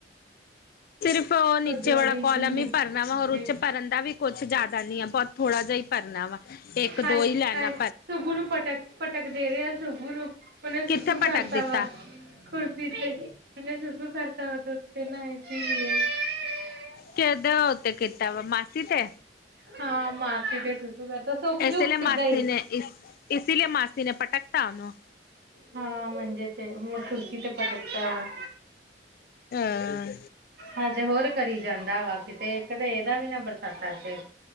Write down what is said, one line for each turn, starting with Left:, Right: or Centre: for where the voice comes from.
Left: ਸਿਰਫ ਓ ਨੀਚੇ
Right: ਉਧਰੋਂ
Left: ਵਾਲਾ
Right: ਦੀ
Left: ਕੋਲਮ
Right: ਨਿਕਲ
Left: ਈ ਭਰਨਾ ਵਾ ਹੋਰ
Right: ਕੇ
Left: ਉੱਚ ਭਰਨ ਦਾ ਵੀ ਕੋੱਛ ਜਿਆਦਾ ਨੀ ਐ। ਬੋਤ ਥੋੜਾ ਜਾ ਈ ਭਰਨਾ ਵਾ। ਏੱਕ
Right: ਹਾਏ
Left: ਦੋ ਈ ਲੈਨਾ
Right: ਹਾਏ ਸੁਬੂ ਨੂੰ ਪਟਕ-ਪਟਕ ਦੇ ਰੇਐ, ਸੁਬੂ ਨੂੰ। ਓਨੇ ਸੁੱਸੂ
Left: ਕਿੱਥੇ
Right: ਕਰਤਾ
Left: ਭਟਕ ਦਿੱਤਾ
Right: ਵਾ ਕੁਰਸੀ ਤੇ, ਤੇ ਓਨੇ ਸੁਸੂ ਕਰਤਾ ਓਦੇ ਉੱਤੇ ਨਾ ਇਸੀ ਲੀਏ। <unintelligible>
Left: ਕੇਦੇ ਉੱਤੇ ਕੀਤਾ ਵਾ? ਮਾਸੀ ਤੇ?
Right: ਹਾਂ, ਮਾਸੀ ਤੇ ਸੁ <unintelligible> ਆਪੇ ਸੋੱਕ
Left: ਇਸ
Right: ਜੁਗਾ
Left: ਲਈ ਮਾਸੀ
Right: ਏਦਾਂ ਈ।
Left: ਨੇ ਇਸ ਇਸ ਲਈ ਮਾਸੀ ਨੇ ਪਟਕਤਾ ਉਹਨੂੰ
Right: ਹਾਂ ਮੰਜੇ ਤੇ ਮ ਕੁਰਸੀ ਤੇ ਪਟਕਤਾ ਵਾ।
Left: ਹਾਂ
Right: ਹਜੇ ਹੋਰ ਕਰੀ ਜਾਂਦਾ ਵਾ। ਕਿਤੇ ਏੱਕ ਤੇ ਏਦਾ ਵੀ ਨਾ ਬਰਸਾਤਾ ਤੇ